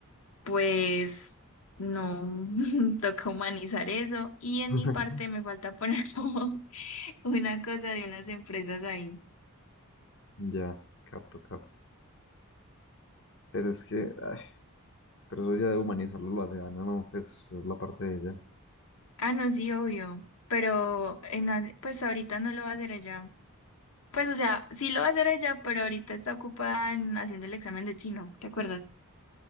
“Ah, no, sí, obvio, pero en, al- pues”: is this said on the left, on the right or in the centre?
Left